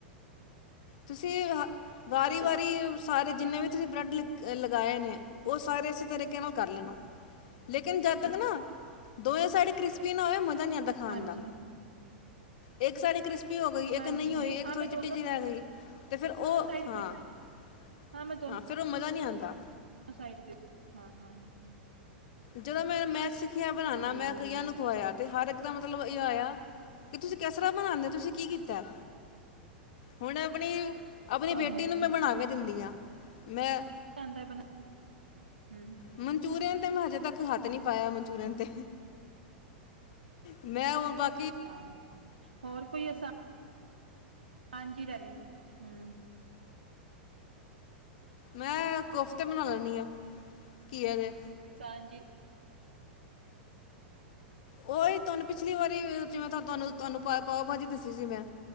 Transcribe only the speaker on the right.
ਹਾਂਜੀ
ਹਾਂਜੀ
ਮੈਂ
ਹਾਂ
ਮੈਂ
ਦੋਨੋ
ਸਾਈਡ
ਹਾਂ ਮੈਂ
ਦੋਨੋ ਸਾਈਡ ਪੇ ਹਾਂ-ਹਾਂ,
ਠੀਕ
ਏ
ਤੁਹਾਨੂੰ
ਜਾਂਦਾ ਬਣਾ, ਹੂੰ ਹੂੰ ਹੂੰ
ਹੂੰ।
ਹਾਂ ਹੋਰ ਕੋਈ ਆਸਾਨ, ਕੀਰਾ ਹੂੰ,
ਕਾਂਜੀ